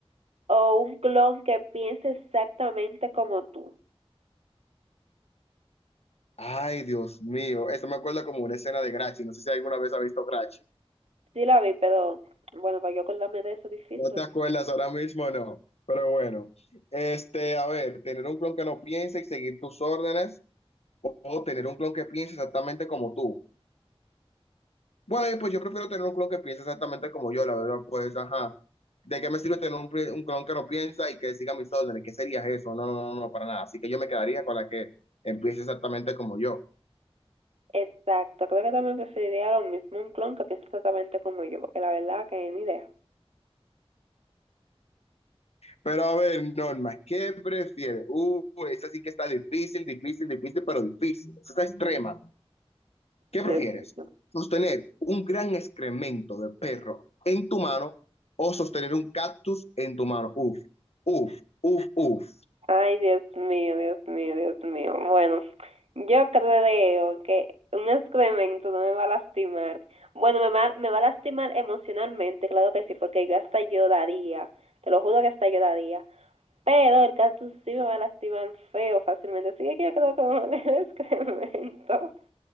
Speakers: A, on the right; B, on the left.
A: o un clon que piense exactamente como tú?
B: Ay, Dios mío. Eso me acuerda como una escena de Grachi. No sé si alguna vez ha visto Grachi.
A: Sí la vi, pero bueno, para yo acordarme de eso es difícil.
B: No te acuerdas ahora mismo, no. Pero bueno, este, a ver, tener un clon que no piense y seguir tus órdenes o, o tener un clon que piense exactamente como tú. Bueno, y pues yo prefiero tener un clon que piense exactamente como yo, la verdad, pues, ajá. ¿De qué me sirve tener un, pri- un clon que no piensa y que siga mis órdenes? ¿Qué sería eso? No, no, no, no, para nada. Así que yo me quedaría con la que empiece exactamente como yo.
A: Exacto, creo que también preferiría lo mismo un clon que piense exactamente como yo, porque la verdad que ni idea.
B: Pero a ver, Norma, ¿qué prefieres? Uh, esa sí que está difícil, difícil, difícil, pero difícil. Esa está extrema. ¿Qué
A: Dios
B: prefieres?
A: mío.
B: ¿Sostener un gran excremento de perro en tu mano o sostener un cactus en tu mano? Uf, uf, uf, uf.
A: Ay, Dios mío, Dios mío, Dios mío. Bueno, yo creo que un excremento no me va a lastimar. Bueno, me va, me va a lastimar emocionalmente, claro que sí, porque yo hasta lloraría. Te lo juro que hasta lloraría. Pero el cactus sí me va a lastimar feo fácilmente, así que yo creo que me va a dar el <laughs> excremento.